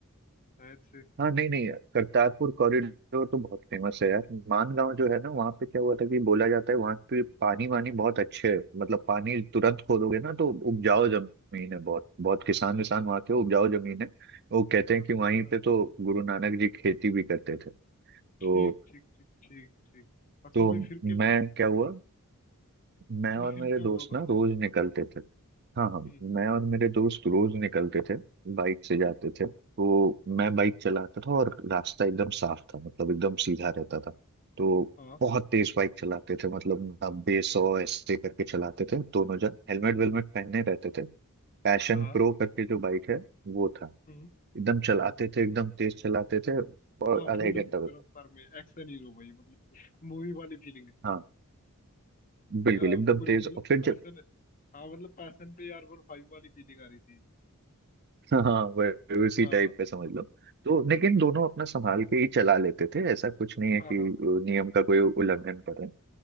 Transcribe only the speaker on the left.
शायद से
अच्छा
अच्छा
ठीक ठीक ठीक ठीक ठीक अच्छा
भाई फिर क्या हुआ
नहीं
फिर
क्या
हुआ
बताओ
हम्म
हाँ
अच्छा
हाँ
हम्म
हम्म
हाँ
फूल
फूल
रफ्तार में एक्शन हीरो भाई मतलब मूवी वाली फीलिंग
पूरी
मतलब
पैशन
हाँ मतलब पैशन पे यार वन फाइव वाली फीलिंग आ रही थी
हाँ
हम्म
हाँ
हाँ हाँ